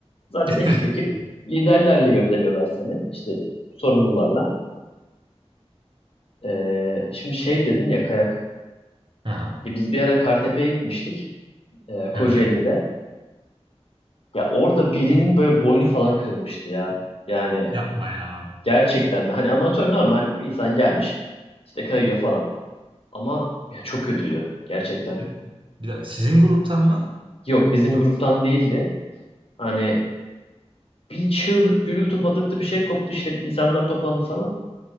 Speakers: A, on the left (about 60°); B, on the right (about 50°).
A: Zaten
B: <laughs>
A: ekip ekip liderlerle gönderiyorlar seni. İşte sorumlularla. Ee, şimdi şey dedin ya kayak.
B: Aha,
A: E, biz bir ara Kartepe'ye gitmiştik. E, Kocaeli'nde.
B: evet.
A: Ya orada birinin böyle boynu falan kırılmıştı ya. Yani
B: Yapma ya.
A: gerçekten hani amatör normal bir insan gelmiş işte kayıyor falan. Ama ya çok kötüydü gerçekten.
B: Bir, bir dakika sizin gruptan mı?
A: Yok bizim
B: Yok.
A: gruptan değildi. Hani bir çığlık gürültü patırtı bir şey koptu işte insanlar toplandı falan.